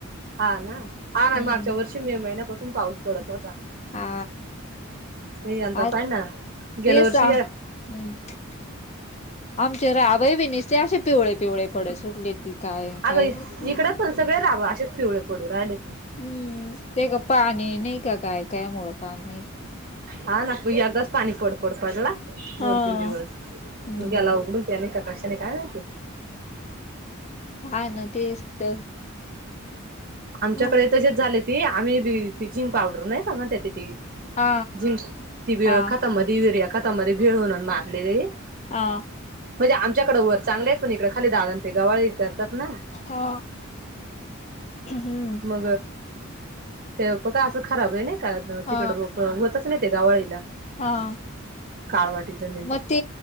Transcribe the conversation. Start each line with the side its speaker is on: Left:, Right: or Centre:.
Right: हा ना हा नाही
Left: हम्म
Right: मागच्या वर्षी मे महिन्यापासून पाऊस पडत होता.
Left: हा
Right: यंदा
Left: आ
Right: पायना गेल्या
Left: ते
Right: वर्षी
Left: सांग
Right: ह्या
Left: हम्म आमचे राबईबी निसते अशे पिवळे पिवळे पड सुटली ती काय
Right: अगं
Left: काय माहीत.
Right: इकडं पण सगळे राव अशेच पवळे पडू राहिले.
Left: हम्म ते का पाणी नाही का काय कायमुळ का नाही
Right: हा ना यंदाच पाणी पड पड पडला. दोन
Left: हा
Right: तीन दिवस
Left: हम्म
Right: म ग्याला उघडून त्याने का कशाने काय नाहीती.
Left: हा ना तेच तर.
Right: आमच्याकडे
Left: हो.
Right: तसेच झाले ती आम्ही ती झीन पावडर नाही का म्हणत्यातती
Left: हा
Right: झीन ती
Left: हा
Right: खतामधी युरिया खत ता मध्ये भेळ म्हणून मारलेली.
Left: आ.
Right: म्हणजे आमच्याकडें वर चांगले आहेत पण इकडे खाली दादां ते गवाळी करतात ना
Left: हा हम्म.
Right: म त ब अस खराब आहे का
Left: हा
Right: तिकड रोप होत ते गवाळीला.
Left: हा.
Right: काळ वाटीचन.
Left: मग ते